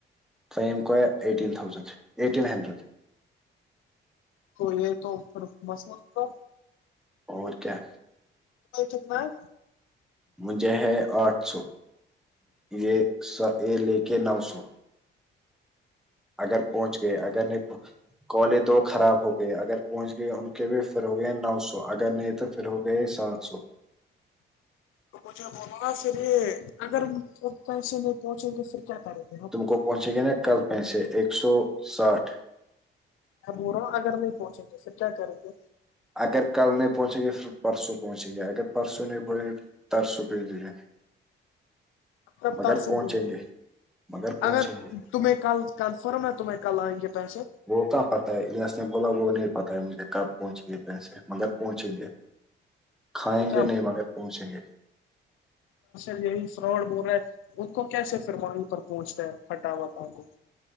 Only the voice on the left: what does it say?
کوئی یہ توھر مس تو
اچتم <unintelligible>
توجھ بولا پھر اگر پسے نہیں پہنچیں گے پھر کیا کریں گ
ابورا اگر نہیں پہنچیں گے پھر کیا کریں گے
اب
ترسوں
بھی نہیں
اگر
تمہیں کل کنفرم ہے تمہیں کلئیں گے پیسے
تو کیا
ر یہی فراڈ بول رہا ہے ان کو کیسے فرمانی پر پہنچتا ہے ہٹاوٹ آ کو